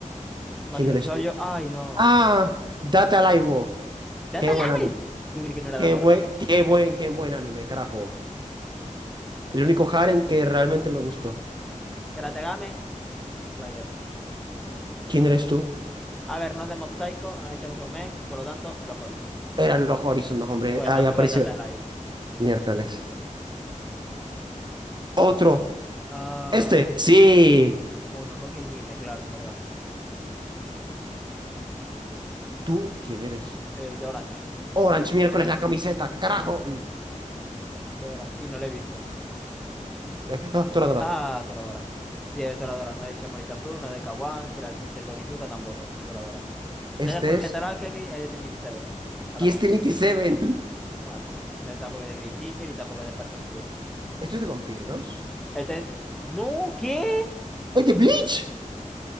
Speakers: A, in the centre; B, on the right (about 35°).
A: Majou
B: ¿Quién eres
A: Shoujo.
B: tú?
A: Ay, no.
B: ¡Ah! Data Live
A: Data
B: Qué buen anime.
A: Live. Yo creí que no era
B: Qué
A: Data
B: buen,
A: Live.
B: qué buen, qué buen anime, carajo. El único harem que realmente me gustó.
A: Karate Game, Player.
B: ¿Quién eres tú?
A: A ver, nos de Mob Psycho, nos de Chainsaw Man, por lo tanto, los Horizon.
B: Eran los Horizon, no, hombre.
A: Porque
B: Ahí
A: tampoco
B: apareció.
A: es Data Live.
B: Miércoles. Otro.
A: Ah.
B: Este. Sí.
A: Mononoke Hime, claro, es verdad.
B: ¿Tú quién eres?
A: Eh, de Orange.
B: Orange, miércoles, la camiseta. Carajo. Mm.
A: Sí, De Orange. Y no la he visto.
B: Eh, Ah, Toradora.
A: Ah, Toradora. Sí, es de Toradora. No es de Shaolin Champloo, no es de Kawan, Karate Teacher de Onizuka tampoco. Toradora.
B: Este
A: No es de Full Metal
B: es.
A: Alchemist, es de Trinity Seven. Arata.
B: Kiss Trinity Seven. <laughs>
A: Un anime. No es tampoco de Green Teacher y tampoco es de Perfect Blue.
B: ¿Esto es de vampiros?
A: Este es. ¡No! ¿Qué?
B: ¡Ay, de Bleach!